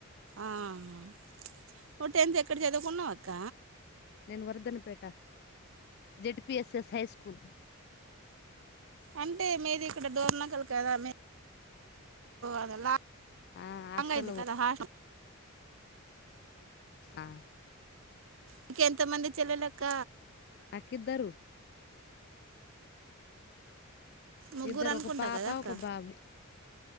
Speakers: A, on the right; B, on the left.
A: ఆహా టెన్త్ ఎక్కడ చదువుకున్నా అక్క
B: నేను వర్ధన్పేట జెడ్పిఎస్ఎస్ హై స్కూల్
A: అంటే మీది ఇక్కడ డోర్ నగలు కదా అదలా
B: ఆ హాస్టల్లో
A: హంగ అది కదా హ
B: ఆ
A: ఇంకెంత మంది చెల్లలక్క
B: హాకద్దరు
A: ముగ్గురు
B: ఇద్దరు
A: అనుకుంటా
B: ఒక పాప
A: కదా అక్క
B: ఒక బాబు